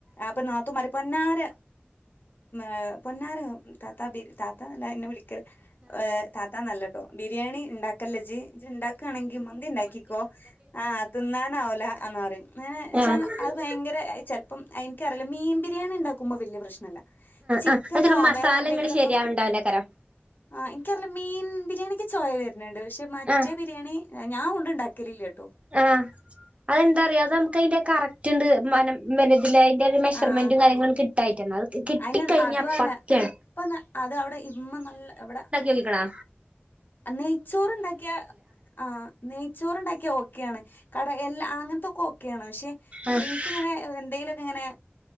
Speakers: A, on the left; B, on the right.
A: അപ്പൊ നാത്തുമാര് പൊന്നാര ഏഹ് പൊന്നാര താത്താ ബിരി താത്ത ന്നല്ല എന്നെ വിളി ക്കൽ താത്താ നല്ലട്ടോ ബിരിയാണി ഇണ്ടാക്കല്ലേ ഇജ് ഇജ്ണ്ട ക്കാണെങ്കി മന്തി ഇണ്ടാക്കിക്കോ ആ തിന്നാനാവൂല ന്ന് പറയും ഏഹ് വെച്ചാ
B: ആഹ് ആഹ്
A: ഭയങ്കര ചെൽപ്പം എൻക്കറില്ല മീൻ ബിരിയാണി ഇണ്ടാക്കുമ്പ വലിയ പ്രശ്നല്ല ചിക്കനോ
B: ആഹ് അത് ചില മസാല
A: വേറെ എന്തെങ്കിലു
B: ഇങ്ങട്
A: ഒക്കെ
B: ശരിയാവണ്ടാവില്ലേക്കാരം
A: ആ ഇൻക്കറില്ല മീൻ ബിരിയാണിക്ക് ചൊയ വര്ന്ണ്ട് പക്ഷെ മറ്റേ
B: ആഹ്
A: ബിരിയാണി ഞാൻ <unintelligible> ഇണ്ടാക്കല് ല്ല ട്ടോ
B: ആഹ് അതെന്താറിയോ അത് അൻക്ക് അയ്ന്റെ കറക്റ്റ് ഇണ്ട് മനം <unintelligible> ഒരു മെഷർമെന്റും
A: ആഹ്
B: കാര്യങ്ങളും കിട്ടായിട്ടാണ് അത് കിട്ടിക്കഴിഞ്ഞാ
A: അയിന് അതും അല്ല
B: പക്കയാണ്
A: ഇപ്പൊ ന അത അവടെ ഇമ്മ നല്ല ഇവടെ
B: കേക്കണാ
A: നെയ്ച്ചോറ് ഇണ്ടാക്കിയ ആഹ് നെയ്ച്ചോറ് ഇണ്ടാക്കിയ ഓക്കെയാണ് കട എല്ലാ അങ്ങൻത്തൊക്കെ ഓക്കെയാണ് പക്ഷെ
B: ആഹ്
A: ഇൻക്ക് ഇങ്ങനെ എന്തെങ്കിലൊക്കെ ഇങ്ങനെ